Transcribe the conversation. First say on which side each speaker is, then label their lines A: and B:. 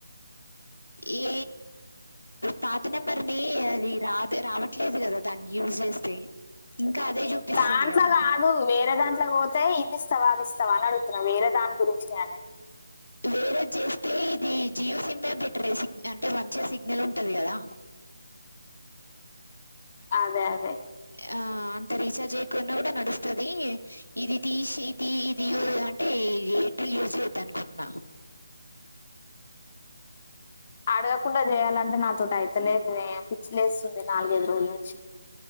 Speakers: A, on the left; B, on the left.
A: ఏ పాత నెంబర్ని అది రాదు రావట్లేదు కదా దాన్ని యూజ్ చేస్తే అదే చూపిస్తుంది
B: దాంట్లో
A: కదా
B: కాదు వేరే దాంట్లో పోదు అయితే ఇది ఇస్తావా అది ఇస్తావా అని అడుతున్నాం వేరే దాని గురించి న అనే ది
A: వేరేది చేస్తే ఇది జియో సిమ్ బెటర్ సిగ్నల్ అంటే మంచిగా సిగ్నల్ ఉంటది కదా
B: అదే అదే
A: ఆ అంత రీచార్జ్ అయకుడా కూడా నడుస్తుది ఇది తీసి ఇది అంటే ఎట్లు యూజ్ చెయ్యొద్దు అనుకుంటున్నా
B: అడగకుండా చేయాలంటే నాతోట అయితేలేదు పిచ్చిలేస్తుంది నాలుగైదు రోజుల నుంచి